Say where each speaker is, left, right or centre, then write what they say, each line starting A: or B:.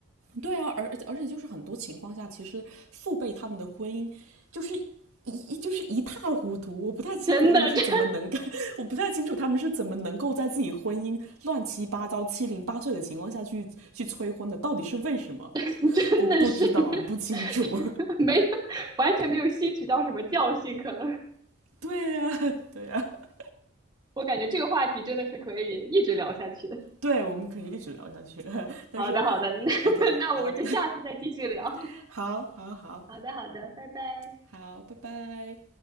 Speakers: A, on the right; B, on the right.
A: 对啊，而而且就是很多情况下，其实父辈他们的婚姻就是一就是一塌糊涂，我不太清楚他们是怎么能够，
B: 真的，真
A: 我不太清楚他们是怎么能够在自己婚姻乱七八糟、七零八碎的情况下去去催婚的，到底是为什么？
B: <laughs> 真的是
A: 我不知道，
B: <laughs>
A: 我不清楚。
B: 没有，完全没有吸取到什么教训，可能
A: <laughs> 对呀、啊对呀、啊
B: 我感觉这个话题真的是可以一直聊下去的
A: 对，我们可以一直聊下去，<laughs> 但是
B: 好的，好的，<laughs>
A: OK，
B: 那那我们就下次再继续聊。
A: 好，<laughs> 好，好，好，
B: 好的，好的，拜拜。
A: 好，拜拜。